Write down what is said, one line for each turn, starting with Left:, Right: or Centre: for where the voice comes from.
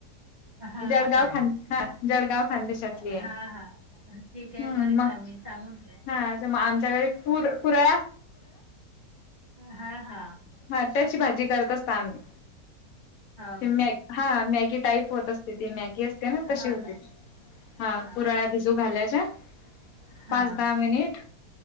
Right: हां
Left: जगाव
Right: काय.
Left: ख हा जळगाव खानदेशातली
Right: हा
Left: आहे
Right: हा ठीक आहे
Left: हम्म
Right: करीन
Left: मग
Right: ना मी सांगून द्या
Left: हा तर मग आमच्याकडे पुर पुरा '
Right: हा हा
Left: हा त्याची भाजी करत असता आमी.
Right: हो
Left: ते मॅग
Right: काय
Left: हा मॅगी टाईप होत असते ती मॅगी असते ना तशी
Right: हो
Left: होती.
Right: ना
Left: हा
Right: हां
Left: पुराळ्या भ जो घाल्याच्या
Right: हां
Left: पाच दहा मिनट